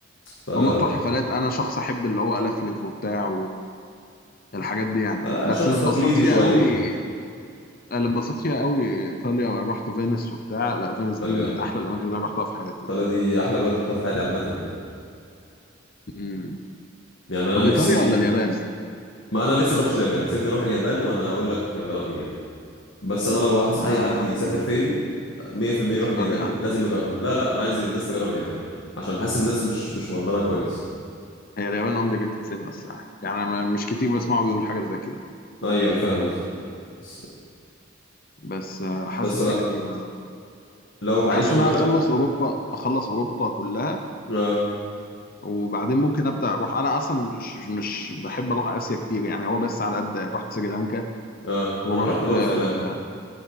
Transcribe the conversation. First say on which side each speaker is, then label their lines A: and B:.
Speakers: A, on the left (about 70°); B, on the left (about 45°).
A: فلا
B: هم بتوع
A: يعني
B: حفلات انا شخص احب اللي هو الفلف وبتاع والحاجات دي يعني
A: آه
B: بس
A: شخص
B: اللي
A: تقليدي
B: انبسطت فيها
A: شوية
B: قوي اللي انبسطت فيها قوي ايطاليا رحت فينيس وبتاع لا فينيس
A: إيطاليا
B: دي من احلى الاماكن اللي انا رحتها في حياتي
A: ايطاليا دي احلى بلد رحتها في حياتي عامه يعني
B: امم
A: يعني انا
B: طب
A: نفسي
B: ايطاليا ولا اليابان
A: ما انا لسه بروحش اليابان سيبني اروح اليابان وانا اقول لك رايي يعني بس انا لو هنصح
B: اه
A: اي حد يسافر فين 100%
B: ايطاليا
A: يروح اليابان لازم يجرب لا لا انا عايز الناس تجرب اليابان عشان حاسس الناس مش مش مقدرها كويس
B: هي اليابان اندر ريتد سنه الصراحه يعني ما- مش كتير بسمعه بيقول حاجه زي كده
A: ايوه انا فاهم قصدك بس
B: بس آه، حاسس
A: بس لا
B: يعني ما
A: لو هعيش
B: حاسس
A: في
B: ان
A: بلد
B: انا اخلص اوروبا اخلص اوروبا كلها
A: اه
B: وبعدين ممكن ابدا اروح انا اصلا مش مش بحب اروح اسيا كتير يعني هو بس على قد رحت سريلانكا
A: اه
B: ورحت
A: انا رحت برضه
B: آه،
A: سريلانكا